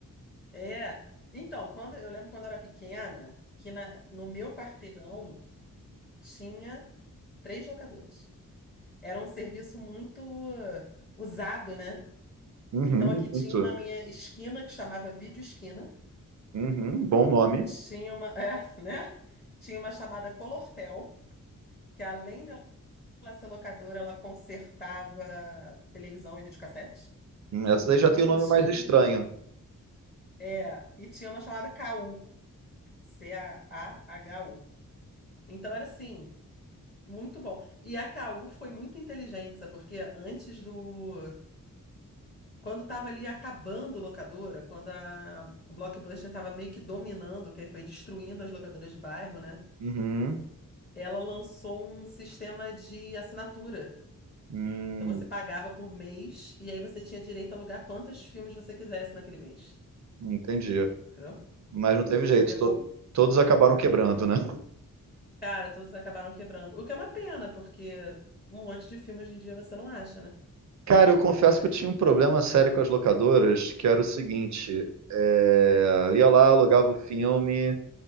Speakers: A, on the left; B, on the right.
A: É. Então, quando eu lembro quando eu era pequena, que na, no meu quarteirão tinha três locadores. Era um serviço muito uh, usado, né?
B: Uhum,
A: Então aqui tinha
B: muito.
A: um na minha esquina que chamava Vídeo Esquina.
B: Uhum, bom nome.
A: Tinha uma, <laughs> é, né? Tinha uma chamada Colortel, que além dela ser locadora, ela consertava televisão e videocassete.
B: Hum, Essa daí já tem
A: E
B: um nome
A: tinha,
B: mais estranho.
A: é, e tinha uma chamada Caú C-A-H-U. Então era assim, muito bom. E a Caú foi muito inteligente, sabe? Porque antes do Quando estava ali acabando locadora, quando a Blockbuster estava meio que dominando, que aí foi destruindo as locadoras de bairro, né?
B: Uhum,
A: Ela lançou um sistema de assinatura.
B: hum,
A: Então você pagava por mês e aí você tinha direito a alugar quantos filmes você quisesse naquele mês.
B: entendi.
A: Entendeu?
B: Mas não teve jeito,
A: Você pegou.
B: todo- todos acabaram quebrando, né?
A: Cara, todos acabaram quebrando. O que é uma pena, porque um monte de filme hoje em dia você não acha, né?
B: Cara, eu confesso que eu tinha um problema sério com as locadoras, que era o seguinte, é, eu ia lá, alugava o filme,